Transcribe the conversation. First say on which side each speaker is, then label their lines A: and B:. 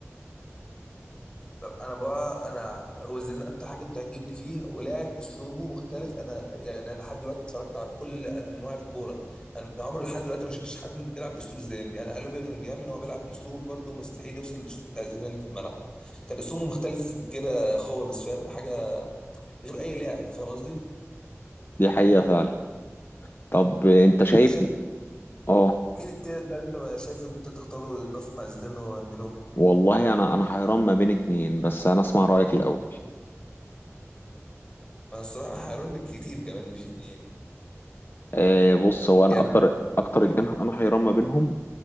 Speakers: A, on the left; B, on the left.
A: طب انا بقى انا وزيرين اكتر حاجه بتعجبني فيه ولاعب اسلوبه مختلف انا يعني انا لحد دلوقتي اتفرجت على كل انواع الكوره انا عمري لحد دلوقتي ما شفتش حد بيلعب باسلوب زيدان يعني قالوا بيلينجهام ان هو بيلعب باسلوبه برضه مستحيل يوصل للاسلوب بتاع زيدان في الملعب كان اسلوبه مختلف كده خالص فاهم حاجه غير اي لاعب فاهم قصدي
B: دي حقيقة فعلا طب أنت
A: طب
B: شايف
A: انت شايف
B: آه
A: مين التالت بقى اللي انت ما شايف ان انت تختاره يتضاف مع زيدان وراندولوم
B: والله انا انا حيران ما بين اتنين بس انا اسمع رايك الاول
A: انا الصراحه حيران بالكتير كمان مش اتنين
B: آه بص هو انا
A: يعني
B: اكتر اكتر اتنين انا حيران ما بينهم